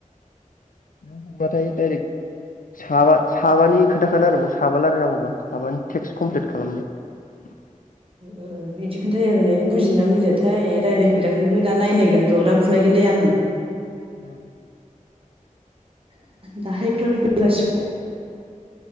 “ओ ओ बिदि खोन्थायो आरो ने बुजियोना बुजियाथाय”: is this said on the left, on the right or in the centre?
Right